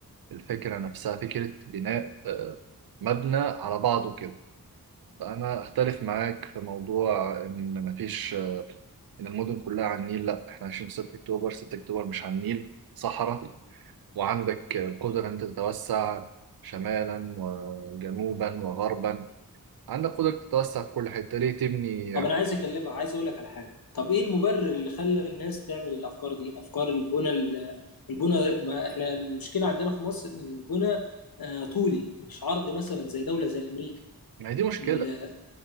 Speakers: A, on the right; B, on the left.
A: الفكرة نفسها فكرة بناء آه، مبنى على بعضه كده انا اختلف معاك في موضوع ان مفيش آه، ان المدن كلها على النيل لا احنا عايشين في 6 اكتوبر 6 اكتوبر مش على النيل صحراء وعندك القدرة ان انت تتوسع شمالا وجنوبا وغربا عندك قدرة تتوسع في كل حتة ليه تبني
B: طب
A: عمارات
B: انا عايز اكلمها عايز اقول لك على حاجه طب ايه المبرر اللي خلى الناس تعمل الافكار دي افكار البنى ال- البنى ما احنا المشكله عندنا في مصر ان البنى آه، طولي مش عرض مثلا زي دوله زي امريكا
A: ما هي دي مشكلة
B: ال-